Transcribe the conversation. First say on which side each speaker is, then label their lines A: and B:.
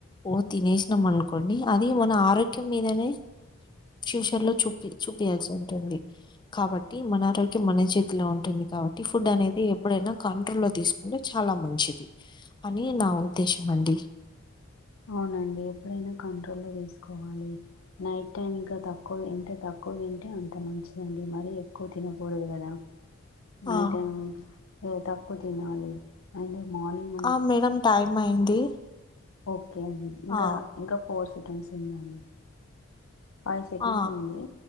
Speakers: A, on the left; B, on the left.
A: ఓ తినేసినాం అనుకోండి. అది మన ఆరోగ్యం మీదనే ఫ్యూచర్ లో చూపి చూపియాల్సి ఉంటుంది. కాబట్టి మన ఆరోగ్యం మన చేతిలో ఉంటుంది. కాబట్టి ఫుడ్ అనేది ఎప్పుడైనా కంట్రోల్ లో తీసుకుంటే చాలా మంచిది. అని నా ఉద్దేశం అండి.
B: అవునండి ఎప్పుడైనా కంట్రోల్ లో తీసుకోవాలి నైట్ టైం ఇంకా తక్కువ ఎంత తక్కువ తిన్ అంటే అంత మంచిదండి మరీ ఎక్కువ తిన కూడదు కదా నైట్
A: ఆ
B: టైము తినేటప్ క్కు తినాలి అండ్ మార్నింగ్
A: ఆ మేడం టైం అయింది
B: ఓప్ ఓకే అండ్ ఇంక
A: ఆ
B: ఇంకా ఫోర్స్ టెన్షన్ ఉందండి ఫైవ్ సెకండ్స్
A: ఆ
B: అండి.